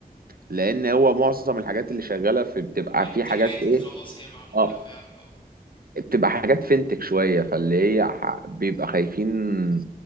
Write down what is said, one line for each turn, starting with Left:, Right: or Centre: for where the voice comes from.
Right: لان هو معظم الحاجات اللي شغاله في بتبقى
Left: انتجريتد
Right: في حاجات ايه
Left: خلاص هي معمولة
Right: اه
Left: فعلا اه
Right: بتبقى حاجات فينتك شوية فاللي
Left: مم.
Right: هي ح- بيبقى خايفين